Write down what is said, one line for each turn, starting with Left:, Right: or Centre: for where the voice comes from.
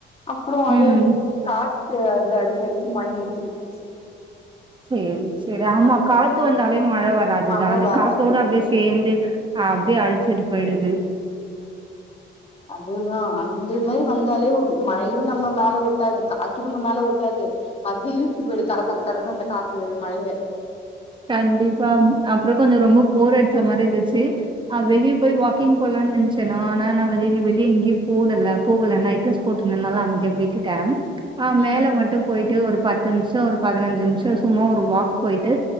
Left: அப்புறம் அது
Right: ம்
Left: நின் காத்து அ வந்து அடிச்சு அடிச்சு மழய நிறுத்தி வுட்ருச்சு
Right: சரி சரி ஆமா காத்து வந்தாலே மழை வராதுதா
Left: மழ
Right: அந்த
Left: வராது
Right: காத்தோட அப்டியே
Left: ம்
Right: சேந்து அப்டியே அழிச்சிட்டு போயிடுது
Left: அதுதா அந்த மாதிரி வந்தாலே ஒரு மழையும் நம்ம மேல ஒட்டாது காத்தும் நம்ம மேல ஒட்டாது வந்து இழுத்துட்டு போயிடும் தர தர தரன்னு அந்த காத்து மழைய
Right: கண்டிப்பா அப்பறம் கொஞ்ச ரொம்ப போர் அடிச்ச மாறி இருந்துச்சு அ வெளிய போய் வாக்கிங் போலானு நினைச்சேனா ஆனா நா வெளில வெளிய எங்கயும் போகல போகல நைட் ட்ரஸ் போட்ருந்தனால அமைதியா விட்டுட்டேன் அ
Left: ம்
Right: மேல மட்டும் போயிட்டு ஒரு பத்து நிமிஷம் ஒரு பதினஞ்சு நிமிஷம் சும்மா ஒரு வாக் போயிட்டு